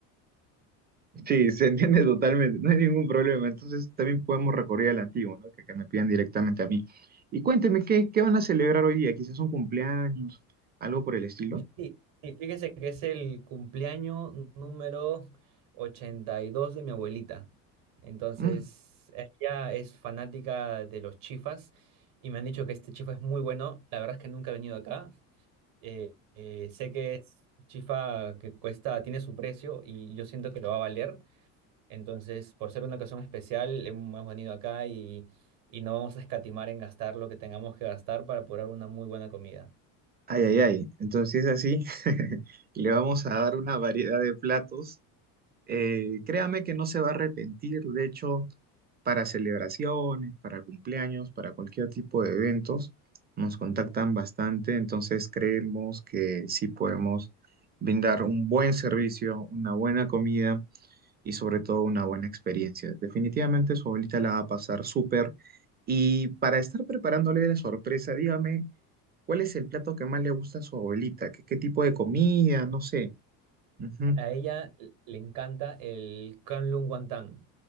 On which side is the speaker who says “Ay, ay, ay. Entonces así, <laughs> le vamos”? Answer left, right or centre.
Right